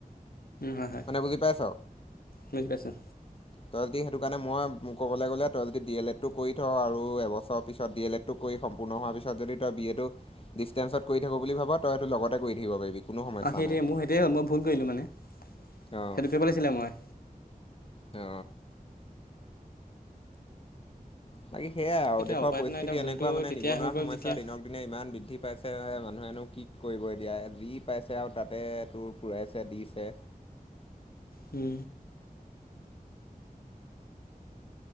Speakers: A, on the left; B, on the left.
A: হয় হয়
B: মানে বুজি পাইছ
A: বুজি পাইছোঁ
B: তই যদি সেইটো কাৰণে মই মোক ক'বলৈ গ'লে তই যদি ডি এল এডটো কৰি থ আৰু এবছৰৰ পিছত ডি এল এড কৰি সম্পূৰ্ণ হোৱাৰ পিছত যদি তই বি এ টো ডিষ্টেন্ঞ্চত কৰি থাকো বুলি ভাব তই সেইটো লগতে কৰি থাকিব পাৰিবি কোনো সমস্যা
A: অ সেইটোৱে
B: নাই
A: মোৰ সেইটোৱে হ'ল মই ভুল কৰিলোঁ মানে সেইটো
B: অ
A: কৰিব লাগিছিলে মই
B: অ বাকী সেয়য়াই আৰু
A: সেইটোৱে
B: দেশৰ
A: উপায়টো
B: পৰিস্থিতি
A: নাই এতিয়া
B: এনেকুৱা
A: ভুলটো
B: মানে
A: তেতিয়াই
B: নিবনুৱা
A: হৈ গ'ল
B: সমস্যা
A: যেতিয়া
B: দিনক পিনে ইমান বৃদ্ধি পাইছে মানুহেনো কি কৰিব এতিয়া যি পাইছে আৰু তাতে তোৰ পুৰাইছে দিছে।
A: উম